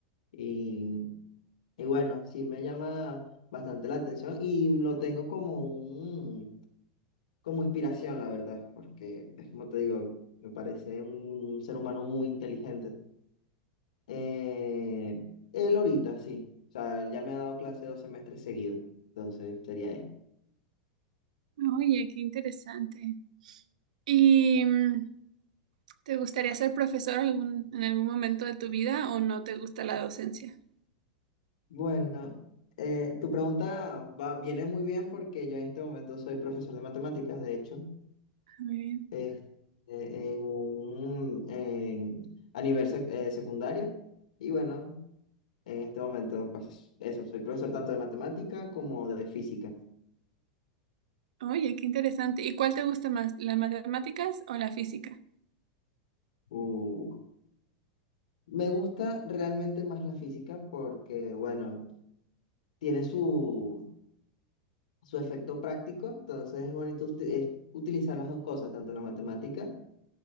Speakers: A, on the left; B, on the right.
A: Y, y bueno, sí me llama bastante la atención y lo tengo como un como inspiración, la verdad, porque es como te digo, me parece un ser humano muy inteligente. Eh, él ahorita, sí. O sea, él ya me ha dado clase dos semestres seguidos, entonces sería él.
B: Oye, qué interesante. Y mm, ¿Te gustaría ser profesor algún, en algún momento de tu vida o no te gusta la docencia?
A: Bueno, eh, tu pregunta va, viene muy bien porque yo en este momento soy profesor de matemáticas, de hecho,
B: Ah, Muy bien.
A: es- eh, en un, en- a nivel sec- eh, secundaria. Y bueno, en este momento, pues eso, soy profesor tanto de matemática como de física.
B: Oye, qué interesante. ¿Y cuál te gusta más, las matemáticas o la física?
A: Uh, Me gusta realmente más la física porque, bueno, tiene su, su efecto práctico, entonces es bonito uti- es utilizar las dos cosas, tanto la matemática